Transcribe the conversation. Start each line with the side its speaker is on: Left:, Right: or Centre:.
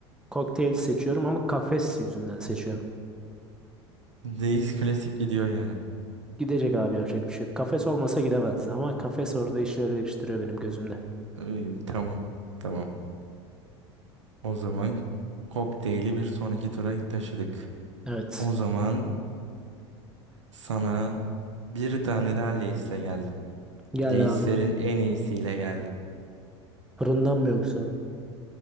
Centre: kokteyli seçiyorum ama kafes yüzünden seçiyorum.
Right: Lay's klasik gidiyor yani.
Centre: Gidecek abi yapacak bir şey yok. Kafes olmasa gidemez ama kafes orada işleri değiştiriyor benim gözümde.
Right: İyi, tamam. Tamam. O zaman kokteyli bir sonraki tura taşıdık.
Centre: Evet.
Right: O zaman sana bir tane daha Lay's'le geldim.
Centre: Gel
Right: Lay's'lerin
Centre: abi.
Right: en iyisiyle geldim.
Centre: Fırından mı yoksa?